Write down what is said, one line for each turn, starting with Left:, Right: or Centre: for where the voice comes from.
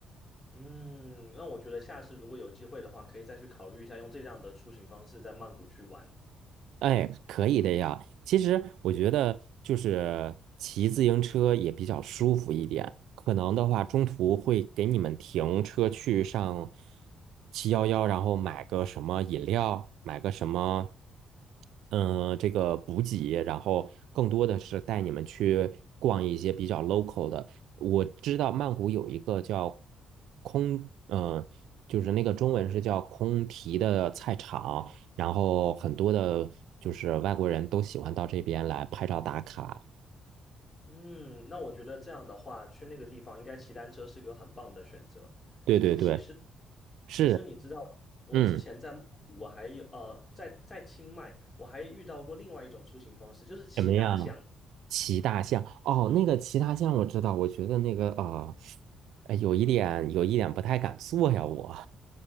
Left: 嗯，那我觉得下次如果有机会的话，可以再去考虑一下用这样的出行方式在曼谷去玩。
Right: 哎，可以的呀。其实我觉得就是骑自行车也比较舒服一点。可能的话，中途会给你们停车去上七幺幺，然后买个什么饮料，买个什么，嗯、这个补给，然后更多的是带你们去逛一些比较 local 的。我知道曼谷有一个叫空，嗯、就是那个中文是叫空提的菜场。然后很多的就是外国人都喜欢到这边来拍照打卡。
Left: 嗯，那我觉得这样的话，去那个地方应该骑单车是个很棒的选择。
Right: 对对对，
Left: 哎，其实其实你知道，
Right: 是，
Left: 我之前在曼谷，
Right: 嗯，
Left: 我还有呃，在在清迈，我还遇到过另外一种出行方式，就是骑大象。
Right: 怎么样？骑大象，哦，那个骑大象我知道，我觉得那个啊，呃，哎有一点有一点不太敢坐呀，我，